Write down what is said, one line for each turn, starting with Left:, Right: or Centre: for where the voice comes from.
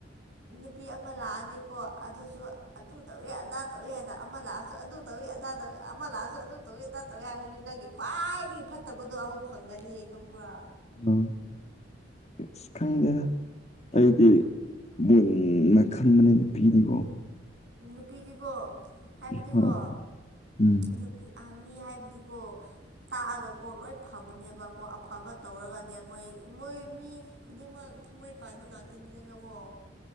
Right: ꯅꯨꯄꯤ ꯑꯃ ꯂꯥꯛꯑꯅꯤꯕꯀꯣ ꯑꯗꯨꯁꯨ ꯑꯗꯨ ꯇꯧꯋꯦ ꯑꯗꯥ ꯇꯧꯋꯦ ꯍꯥꯏ ꯑꯃ ꯂꯥꯛꯑꯁꯨ ꯑꯗꯨ ꯇꯧꯏꯦ ꯑꯗꯥ ꯇꯧꯏ ꯑꯃ ꯂꯥꯛꯑꯁꯨ ꯑꯗꯨ ꯇꯧꯋꯤ ꯑꯗꯥ ꯇꯧꯏ ꯍꯥꯏꯔꯗꯤ ꯅꯪꯒꯤ ꯈ꯭ꯋꯥꯏꯗꯒꯤ ꯐꯠꯇꯕꯗꯣ ꯑꯃꯨꯛ ꯐꯪꯒꯅꯤ ꯈꯪꯕ꯭ꯔꯥ
Left: ꯑ ꯑꯁ ꯈꯪꯗꯦꯔ ꯑꯩꯗꯤ ꯃꯨꯟꯅ ꯈꯟꯕꯅꯤꯅ ꯄꯤꯔꯤꯕꯔꯤꯕꯣ
Right: ꯅꯨꯄꯤꯗꯤꯀꯣ ꯍꯥꯏꯕꯗꯤꯀꯣ
Left: ꯍ ꯎꯝ
Right: ꯎ ꯅꯨꯄꯤ ꯃꯤ ꯍꯥꯏꯕꯗꯤꯀꯣ <unintelligible> ꯇꯥꯛꯑꯒꯀꯣ ꯂꯣꯏ ꯐꯕꯅꯦꯕꯀꯣ ꯑꯐꯕ ꯇꯧꯔꯒꯅꯦ ꯃꯣꯏ ꯃꯣꯏ ꯃꯤ ꯈꯨꯗꯤꯡꯃꯛ ꯊꯃꯣꯏ ꯄꯥꯟꯕ ꯉꯥꯛꯇꯅꯤꯗꯅꯀꯣ